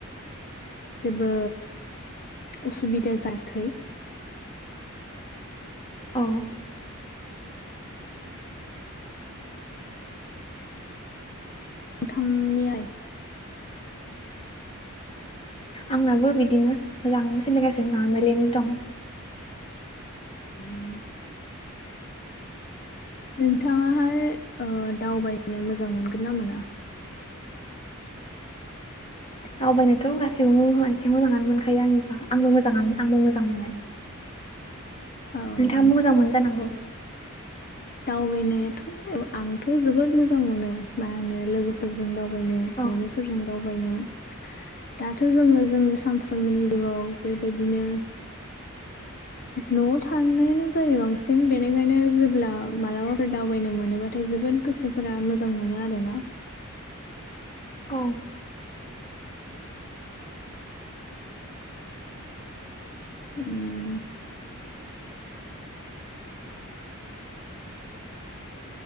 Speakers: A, on the left (about 40°); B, on the left (about 25°).
A: जेबो उसुबिदा जायाखै
B: औ
A: मोनथामनि आइ
B: आंनाबो बिदिनो मोजाङैनो सोलिगासिनो नर्मेलिनो दं
A: उम नोंथाङाहाय दावबायनो मोजां मोनगोन ना मोना
B: दावबायनोथ' गासिबो मानसिया मोजाङानो मोनखायो आंनिबा आंबो मोजाङानो आंबो मोजां मोनो
A: औ
B: नोंथाङा मोजां मोनोजानांगौ
A: दावबायनायाथ' आंथ' जोबोद मोजां मोनो मा होनो लोगोफोरजों दावबायनो
B: औ
A: न'निफोरजों दावबायनो दाथ' जोङो जोंनि सानफ्रोमबोनि जिउआव बेबायदिनो न'आव थानायानो जायो बांसिन बेनिखायनो जेब्ला मालाबाफोर दावबायनो मोनोबा नाथाय जोबोद गोसोफोरा मोजां मोनो आरो ना
B: औ
A: उम